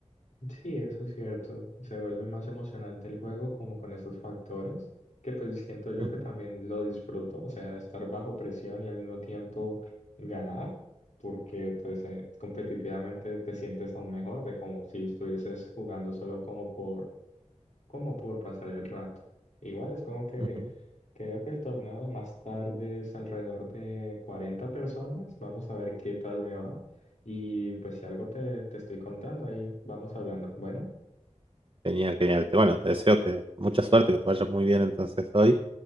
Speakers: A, on the left; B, on the right.
A: Sí, eso es cierto. Se vuelve más emocionante el juego como con esos factores, que pues siento yo
B: Ujú,
A: que también lo disfruto, o sea, estar bajo presión y al mismo tiempo ganar, porque pues eh, competitivamente te sientes aún mejor de como si estuvieses jugando solo como por como por pasar el rato. Igual es como que
B: ujú.
A: creo que el torneo de más tarde es alrededor de 40 personas. Vamos a ver qué tal me va. Y pues si algo te, te estoy contando, ahí vamos hablando. Bueno,
B: Genial, genial. Te- Bueno, te deseo que mucha suerte, que te vaya muy bien entonces hoy